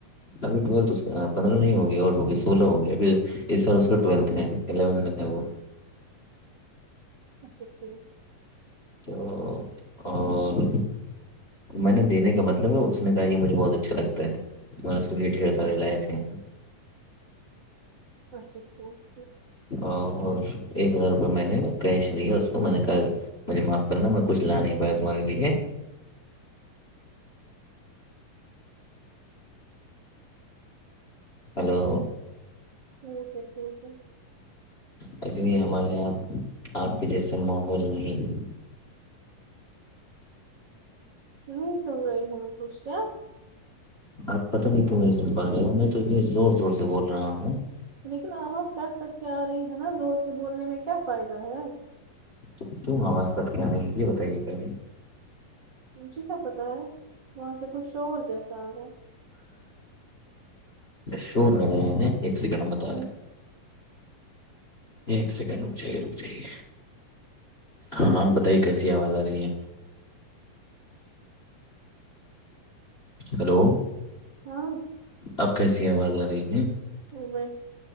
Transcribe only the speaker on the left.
ابھی ٹویلتھ کا پندرہ نہیں ہوگی اور ہوگی سولہ ہوگی ابھی اس سال اس کا ٹویلتھ ہے الیون میں ہے وہ
تو اور میں نے دینے کا مطلب ہے اس نے کہا یہ مجھے بہت اچھا لگتا ہے اس کے لیے ڈھیر سارے لائے تھ ہیں
اور ایک ہزار روپئے میں نے کیش د اس کو میں نے مجھے معاف کرنا میں کچھ لا نہیں پایا تمہارے لیے ہلو
ایسے یہ ہمارے یہاں آپ کے جیسے ماحول نہیں ہے
آپ پتا نہیں کیوں نہیں سن پا رہے ہو میں تنے زور زور سے بول رہا ہوں
تو تم آواز کٹ کے آنے کیی یہ بتائی گی پہلے
شور آ رہا ہے ایک سیکنڈ بتا رہیں
ایک سیکنڈ رک جائیے رک جائیے ہاں آپ بتائیے کیسی آواز آ رہی ہے ہلو
آپ کیسی آواز آ رہی ہے